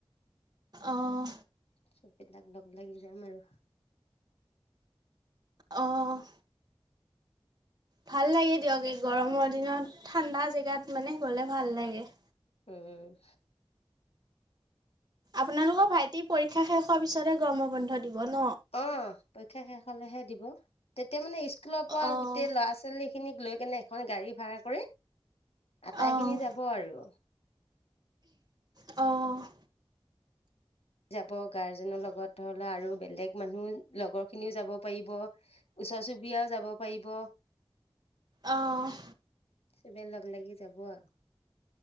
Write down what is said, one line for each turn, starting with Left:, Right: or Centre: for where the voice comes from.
Right: আহ।
Left: চববিলাক লগ লাগি যাম আৰু
Right: অ',। ভাল লাগে দিয়ক এই গৰমৰ দিনত ঠাণ্ডা জেগাত মানে গলে ভাল লাগে।
Left: উম।
Right: আপোনালোকৰ ভাইটিৰ পৰীক্ষা শেষ হোৱাৰ পিছতহে গৰমৰ বন্ধ দিব ন?
Left: অ', পৰীক্ষা শেষ হ'লেহে দিব তেতিয়া মানে ইচ কুলৰ
Right: অ',
Left: পৰা গোটেই ল'ৰা-ছোৱালীখিনিক লৈ কেনে এখন গাড়ী ভাড়া কৰি আটাইখিনি
Right: অ',
Left: যাব আৰু।
Right: অ',
Left: যাব গাৰ্জেনৰ লগত ধৰি লওঁ আৰু বেলেগ মানুহ লগৰখিনিও যাব পাৰিব। ওচৰ-চুবুৰীয়াও যাব পাৰিব।
Right: অ',
Left: চবে লগ লাগি যাব আৰু।